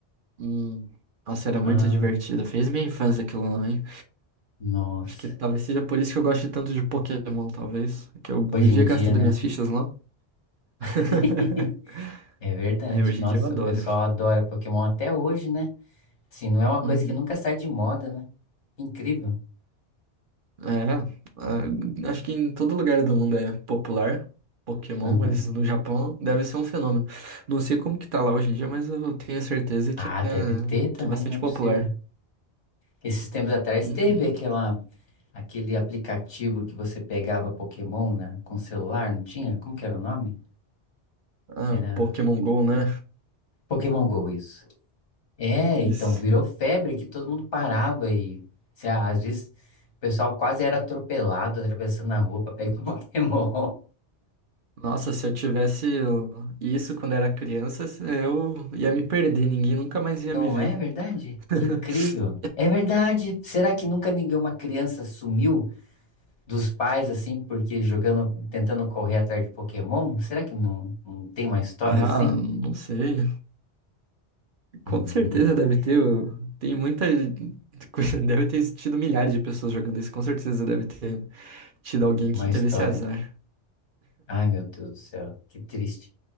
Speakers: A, on the right (about 55°); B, on the left (about 85°).
A: Hum, nossa, era muito
B: Ah.
A: divertido. Fez minha infância aquilo lá, hein?
B: Nossa,
A: Acho que talvez seja por isso que eu gosto tanto de Pokémon, talvez. Que eu vivia
B: hoje em dia,
A: gastando
B: né?
A: minhas fichas lá.
B: <laughs>
A: <laughs>
B: É verdade.
A: É, hoje
B: Nossa,
A: em dia eu adoro.
B: o pessoal adora Pokémon até hoje, né? Assim, não é uma coisa
A: Uhum.
B: que nunca sai de moda, né? Incrível.
A: É, ah, acho que em todo lugar do mundo é popular Pokémon,
B: Uhum.
A: mas no Japão deve ser um fenômeno. Não sei como que tá lá hoje em dia, mas eu tenho certeza
B: Ah,
A: que é,
B: deve ter também,
A: que é bastante
B: não é possível.
A: popular.
B: Esses tempos atrás
A: Uhum.
B: teve aquela, aquele aplicativo que você pegava Pokémon, né? Com celular, não tinha? Como que era o nome?
A: Ah,
B: Era
A: Pokémon Go, né?
B: Pokémon Go, isso. É, então
A: Isso.
B: virou febre que todo mundo parava e se- às vezes o pessoal quase era atropelado atravessando a rua pra pegar o <laughs> Pokémon.
A: Nossa, se eu tivesse isso quando era criança, eu ia me perder, ninguém nunca mais ia
B: Não
A: me ver.
B: é verdade?
A: <laughs>
B: Que incrível. É verdade. Será que nunca nenhuma criança sumiu dos pais assim porque jogando, tentando correr atrás de Pokémon? Será que não, não tem uma história
A: Ah,
B: assim?
A: não sei.
B: <laughs>
A: Com certeza deve ter. eu- Tem muita. <laughs> coisa- Deve ter tido milhares de pessoas jogando isso. Com certeza deve ter tido alguém
B: Uma
A: que
B: história.
A: teve esse azar.
B: Ai, meu Deus do céu, que triste.